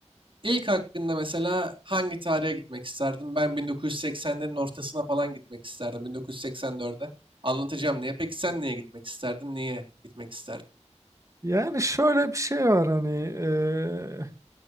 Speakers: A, on the right; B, on the right.
A: İlk hakkında mesela hangi tarihe gitmek isterdim? Ben 1980'lerin ortasına falan gitmek isterdim. 1984'e. Anlatacağım niye. Peki sen niye gitmek isterdin? Niye gitmek isterdin?
B: Yani şöyle bir şey var hani eee,